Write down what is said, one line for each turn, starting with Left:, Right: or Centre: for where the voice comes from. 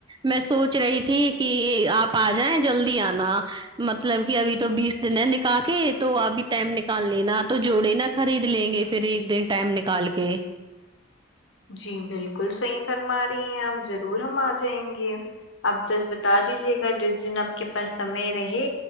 Right: میں سوچ رہی تھی کہ آپ آ جائیں جلدی آنا مطلب کہ ابھی تو بیس دن ہے نکاح کے تو ابھی ٹائم نکال لینا تو جوڑے نا خرید لیں گے پھر ایک دن ٹائم نکال کے
Left: جی بلکل صحیح فرما رہی ہیں ہم ضرور ہم آ جائیں گے آپ بس بتا دیجیے گا جس دن آپ کے پاس سمے رہے